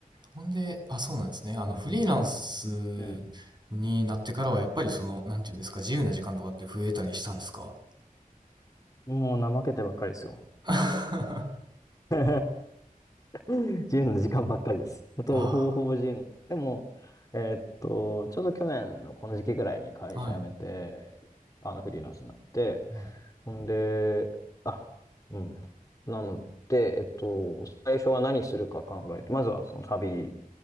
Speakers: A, on the right; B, on the left.
A: ほんで、あ、そうなんですね。あの、
B: ん、
A: フリーランス
B: うんうん
A: になってからは、やっぱりその、なんていうんですか、自由な時間とかって増えたりしたんですか
B: もう怠けてばっかりですよ。
A: あ <laughs>
B: <laughs> 自由の時間ばっかりです。ほと、
A: あ
B: ほぼほぼ自由の。でも、えーっと、ちょうど去年のこの時期ぐらいに会社辞めて、
A: ー、はい、
B: あの、フリーランスになって、
A: はい。
B: ほんで、あ、うん。なので、えっと、最初は何するか考えて、まずはその旅